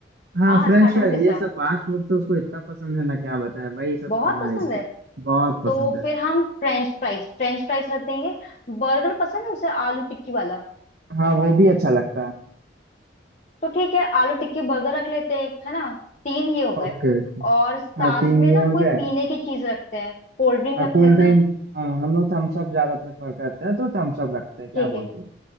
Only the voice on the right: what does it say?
हाँ
फ्रेंच
फ्राइज
ये सब फास्ट फूड तो उसको इतना पसंद है ना क्या बताए वही सब
खाना
है इसको
बहुत पसंद
है
हाँ वो भी अच्छा लगता है
ओके
हाँ तीन
ये
हो
गए
कोल्ड
ड्रिंक
हाँ हम लोग थम्स अप ज्यादा प्रेफर करते हैं तो थम्स अप रखते हैं क्या
बोलते
हैं